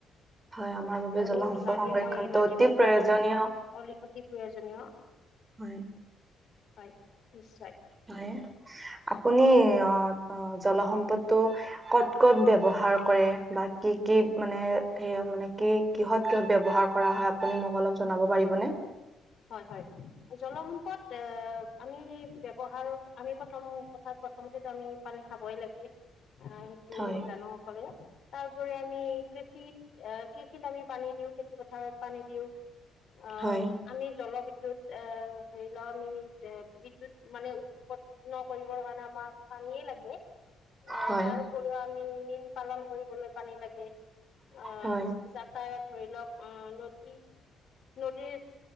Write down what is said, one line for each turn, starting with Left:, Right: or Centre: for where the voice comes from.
Right: হয় আমাৰ বাবে
Left: আৰু
Right: জল সম্পদ
Left: লাগে
Right: সংৰক্ষণটো
Left: মই লাগে
Right: অতি
Left: বুলি
Right: প্ৰয়োজনীয়।
Left: ভাবো। অ' অতি প্ৰয়োজনীয়।
Right: হয়,
Left: হয় নিশ্চয়
Right: হয়। আপুনি অ', অ' জলসম্পদটো। ক'ত ক'ত ব্যৱহাৰ কৰে বা কি কি মানে সেয়া মানে কি কিহত কিহত ব্যৱহাৰ কৰা হয়, আপুনি মোক অলপ জনাব পাৰিবনে।
Left: হয়, হয়, জলসম্পদ অহ, আমি ব্যৱহাৰ আমি প্ৰথম ত' প্ৰথমতেটো আমি পানী খাবই লাগে অ' সেইটো
Right: হয়
Left: জানো। <unintelligible> তাৰ উপৰি আমি কৃষি কৃষিত আমি পানী দিওঁ, খেতি পথাৰত পানী দিওঁ অহ
Right: হয়
Left: আমি জলবিদ্যুৎ এ ধৰি লওক আমি বিদ্যুৎ মানে উৎপত নকৰিবৰ কাৰণে আমাক পানীয়ে লাগে। আহ,
Right: হয়
Left: তাৰ উপৰিও আমি মীন পালন কৰিবলৈও পানী লাগে। আহ, যাতায়ত
Right: হয়
Left: ধৰি লওক উম। নদী, নদীৰ